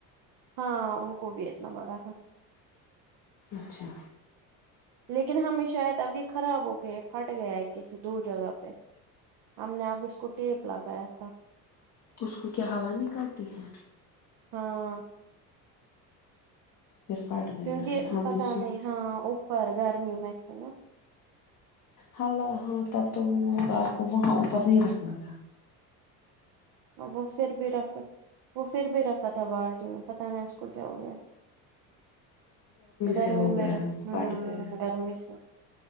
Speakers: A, on the right; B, on the left.
A: ہاں ان کو بھی اتنا بڑا ہے
B: اچھا
A: لیکن ہمیں شاید اب یہ خراب ہو گئے پھٹ گیا ہے کسی دور جگہ پہ ہم نے اب اس کو ٹیپ لگایا تھا
B: اس کو کیا ہوا نکالتی ہے
A: ہاں
B: پھر پھٹ گیا
A: کیونکہ
B: ہے ہم
A: پتا
B: بھی سو
A: نہیں ہاں اوپر گرمی میں تھے نا
B: ہ ہاں تب تو وہ وہ ہوگا آپ کو وہاں اوپر نہیں رکھنا تھا
A: وہ پھر بھی رکھے وہ پھر بھی رکھا تھا بالٹی میں پتہ نہیں اس کو کیا ہو گیا گرمی
B: سے ہو
A: میرے
B: گیا ہے
A: ہ
B: پھٹ گیا ہے
A: گرمی سے